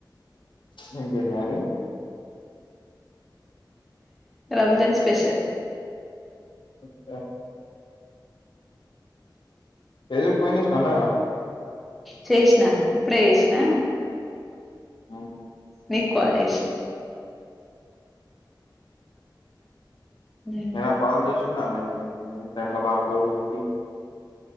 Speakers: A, on the left; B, in the centre.
A: ఏం బిర్యానీ
B: రంజాన్ స్పెష
A: చెప్పురా ఏదురు ఫోన్ చేసి <unintelligible>
B: చేష్నా ఇప్పుడే ఏష్నా
A: ఔ
B: నీకు కాల్ చేసినా ఉమ్.
A: నేను ఆ కాల్ జేస్ <unintelligible> బోర్ గొటి